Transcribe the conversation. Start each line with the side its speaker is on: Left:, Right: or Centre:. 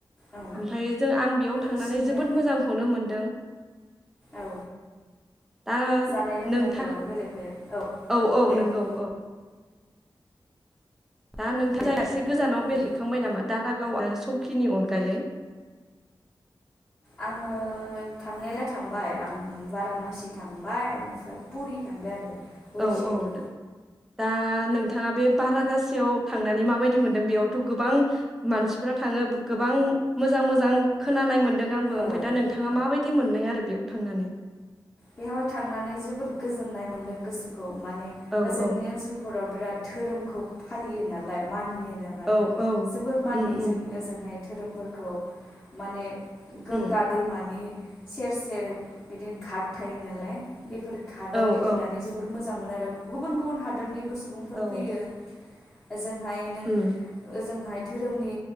Left: औ
Centre: ओमफाय जों आं बेयाव थांनानै
Left: बिसिनिजों
Centre: जोबोद मोजांखौनो मोनदों
Left: औ
Centre: दा
Left: जानाय लोंनायफोराबो
Centre: नोंथा
Left: बेलेग बेलेग
Centre: औ औ
Left: दे
Centre: नंगौ
Left: बुं
Centre: औ दा नोंथां
Left: दे
Centre: जाया एसे गोजानाव
Left: उम
Centre: बेरहैखांबाय नामा दा गाव आरो सौखिनि अनगायै
Left: आङो थांनायालाय थांबाय आं भारानासि थांबाय इनिफ्राय पुरि थांबाय आरो उरिस्सायाव
Centre: औ औ द दा नोंथाङा बे भारानसियाव थांनानै माबायदि मोनदों बेयावथ' गोबां मानसिफोरा थाङो गोबां मोजां मोजां खोनानाय मोन ओं आंबो ओमफ्राय
Left: औ
Centre: दा नोंथाङा माबायद <unintelligible> मोन्दों आरो बेयाव थांनानै
Left: बेवहाय थांनानै जोबोद गोजोननाय मोन्दों गोसोखौ माने
Centre: औ
Left: ओजोंनि
Centre: औ
Left: ओनसोलफोराव बिराद धोरोमखौ फालियो नालाय मानियो
Centre: औ
Left: <unintelligible>
Centre: औ
Left: जोबोर मानियो
Centre: उम उम
Left: जों ओजोंहाय धोरोमफोरखौ माने गोंगा
Centre: उम
Left: दैमानि सेर सेर बिदिनो घाट थायो नालाय बेफोर घाटआव
Centre: औ
Left: गिदिंनानै
Centre: औ
Left: जोबोर मोज जानो मोन आरो गुबुन गुबुन हादोरनिबो सु सुबुंफोर
Centre: औ
Left: फैयो ओजों हाय नों
Centre: उम
Left: ओजोंहाय धोरोमनि